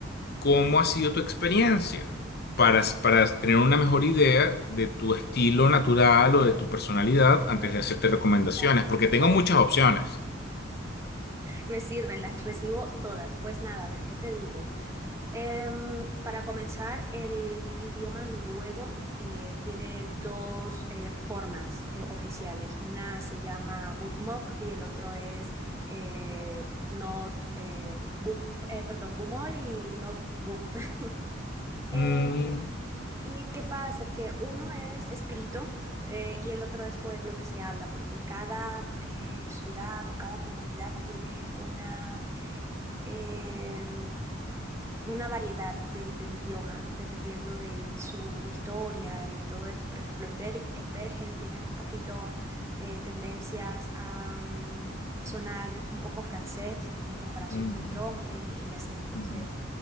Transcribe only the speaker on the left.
cómo ha sido tu experiencia para, para tener una mejor idea de tu estilo natural o de tu personalidad antes de hacerte recomendaciones,
porque tengo
muchas opciones.
Mm,
mm,
ujú.